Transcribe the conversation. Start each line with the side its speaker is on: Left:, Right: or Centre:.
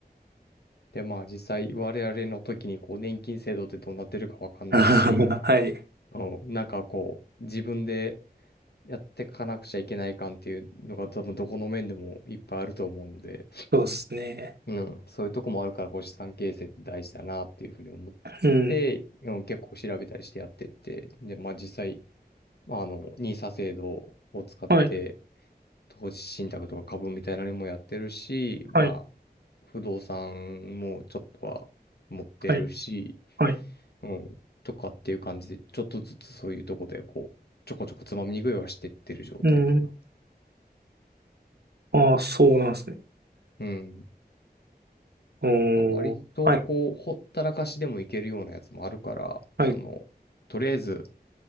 Left: で、まあ実際我々の時にこう年金制度ってどうなってるかわかんないし、
Right: <laughs> はい。<laughs>
Left: あの、なんかこう自分でやってかなくちゃいけない感っていうのが多分どこの面でもいっぱいあると思うので、
Right: そうですね。
Left: うん、そういうとこもあるからこう資産形成って大事だなっていうふうに思っ
Right: うん。
Left: て、うん、結構調べたりしてやってって、で、まあ実際、まああの、n i 制度を使って
Right: はい。
Left: 投資信託とか株みたいなのもやってるし、まあ不動産もちょっとは持ってるし、
Right: はい。はい。はい。
Left: うん、とかっていう感じで、ちょっとずつそういうとこで、こう、ちょこちょこつまみ食いはしてってる状態かな。
Right: うん。ああ、そうなんですね。
Left: うん。
Right: うーん。
Left: まあ、割と、
Right: はい。
Left: こう、ほったらかしでもいけるようなやつもあるから、
Right: はい。
Left: その、とりあえず、